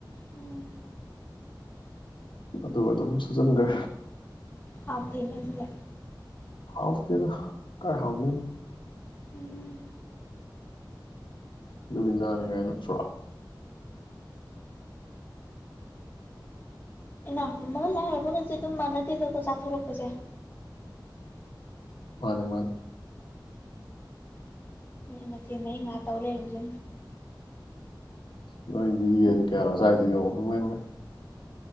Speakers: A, on the left (about 25°); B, on the left (about 85°).
A: ꯎꯝ
B: ꯑꯗꯨꯒ ꯑꯗꯨꯝ ꯁꯨꯖꯤꯟꯈ꯭ꯔꯦ
A: ꯍꯥꯎꯇꯦꯅꯦ ꯑꯗꯨꯗꯤ
B: ꯍꯥꯥꯎꯇꯦꯗꯥ ꯀꯗꯥꯏ ꯍꯥꯥꯎꯗꯣꯏꯅꯣ
A: ꯎꯝ
B: ꯅꯨꯃꯤꯖꯥꯅꯤ ꯀꯥꯏ ꯅꯠꯇ꯭ꯔꯣ
A: ꯏꯅꯥꯛ ꯈꯨꯨꯝꯕꯒ ꯂꯥꯏꯔꯕꯒꯗꯤ ꯑꯗꯨꯝ ꯃꯥꯟꯅꯗꯦꯗꯀꯣ ꯆꯥꯊꯣꯔꯛꯄꯁꯦ
B: ꯃꯥꯅꯤ ꯃꯥꯅꯤ
A: ꯑꯩ ꯃꯊꯦ ꯃꯍꯩ ꯉꯍꯥꯛ ꯇꯧ ꯂꯩꯨꯁꯤꯦ
B: ꯅꯣꯏꯗꯤ ꯌꯦꯟ ꯀꯌꯥꯅꯣꯁꯥꯏꯏꯗ ꯌꯦꯡꯉꯣ ꯏꯝꯃ ꯏꯝꯃꯩ